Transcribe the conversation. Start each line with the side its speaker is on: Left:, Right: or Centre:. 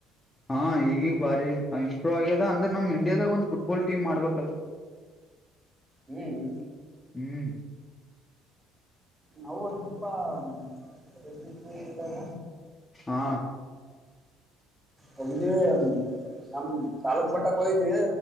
Left: ಹಾ ಈಗೀಗ್ ಭಾರಿ ಇಂಪ್ರೂವ್ ಆಗ್ಯದ ಅಂದ್ರ ನಮ್ ಇಂಡಿಯಾಗ ಒಂದ ಫುಟ್ಬಾಲ್ ಟೀಮ್ಬೇಕಲ್ಲ
Right: ಹ್ಮ್
Left: ಹ್ಮ್
Right: ನವು ಹಗಿದ್ದೀಪ್ಪಾತಿ ಇದಾಗ
Left: ಹಾ
Right: ಹೋಗಿದ್ದೀವಿ ನಮ್ ತಾಲೂಕ್ು ಮಟ್ಟಕ್ಕೆ ಹೋಗಿದೀವಿ